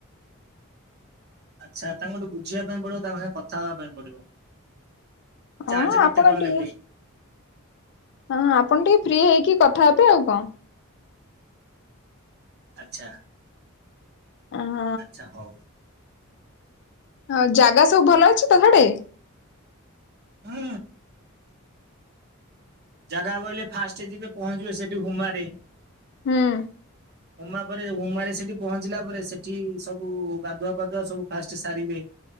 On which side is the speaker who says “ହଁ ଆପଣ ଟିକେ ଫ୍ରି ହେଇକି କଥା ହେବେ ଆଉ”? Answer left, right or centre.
Left